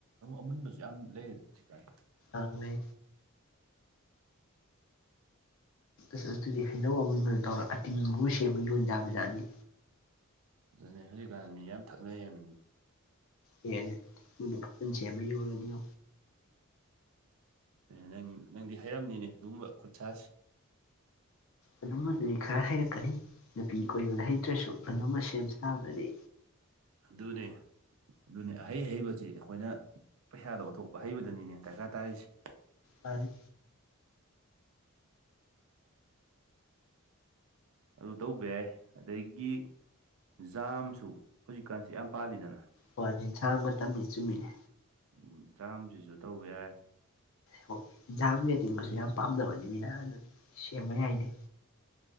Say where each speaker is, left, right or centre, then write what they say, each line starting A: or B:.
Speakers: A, on the right; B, on the left.
A: ꯑꯃꯨꯟꯕꯁꯨ ꯌꯥꯝ ꯂꯩꯔꯦꯗ ꯍꯧꯖꯤꯛꯀꯥꯟ
B: ꯑꯅꯦ ꯁ ꯑꯗꯨꯗꯤ ꯍꯩꯅꯧ ꯑꯃꯨꯟꯕꯗ ꯇꯧꯔꯒ ꯑꯇꯤꯡꯕꯒꯨꯝꯕ ꯁꯦꯝꯕ ꯌꯣꯟ ꯌꯥꯕꯖꯥꯠꯅꯤ
A: ꯑꯗꯨꯅꯦ ꯍꯧꯖꯤꯛꯀꯥꯟ ꯃꯤ ꯌꯥꯝ ꯊꯛꯅꯩ ꯍꯥꯏꯕꯅꯤ
B: ꯍꯅꯦ ꯈꯁꯦꯃ ꯑꯣꯏꯗꯤ
A: ꯅꯪ ꯅꯪꯗꯤ ꯍꯥꯏꯔꯝꯅꯤꯅꯦ ꯑꯗꯨꯒꯨꯝꯕ ꯈꯨꯠ ꯁꯥꯁꯦ
B: ꯑꯗꯨꯝꯕꯗꯗꯤ ꯈꯔ ꯍꯩꯔꯛꯀꯅꯤ ꯅꯨꯄꯤ ꯀꯣꯏꯕꯗ ꯍꯩꯇ꯭ꯔꯁꯨ ꯑꯗꯨꯝꯕ ꯁꯦꯝ ꯁꯥꯕꯗꯗꯤ
A: ꯑꯗꯨꯅꯦ ꯑꯗꯨꯅꯦ ꯑꯍꯩ ꯍꯩꯕꯁꯤ ꯑꯩꯈꯣꯏꯅ ꯄꯩꯁꯥꯗ ꯑꯣꯟꯊꯣꯛꯄ ꯍꯩꯕꯗꯨꯅꯤꯅꯦ ꯗꯔꯀꯥꯔ ꯇꯥꯔꯤꯁꯤ
B: ꯃꯥꯅꯤ
A: ꯑꯗꯨ ꯇꯧꯕꯁꯨ ꯌꯥꯏ ꯑꯗꯒꯤ ꯖꯥꯝꯁꯨ ꯍꯧꯖꯤꯛꯀꯥꯟꯁꯤ ꯌꯥꯝ ꯄꯥꯜꯂꯤꯗꯅ
B: ꯍꯣꯏ ꯁꯥꯡ ꯃꯇꯝꯃꯤ ꯆꯨꯝꯃꯤꯅꯦ
A: ꯎꯝ ꯖꯥꯝꯁꯤꯁꯨ ꯇꯧꯕ ꯌꯥꯏ
B: ꯍ ꯖꯥꯝꯒꯤ ꯑꯇꯤꯡꯕꯁꯨ ꯌꯥꯝ ꯄꯥꯝꯅꯕꯅꯤ ꯃꯤꯅ ꯑꯗꯨ ꯁꯦꯝꯕ ꯌꯥꯏꯅꯦ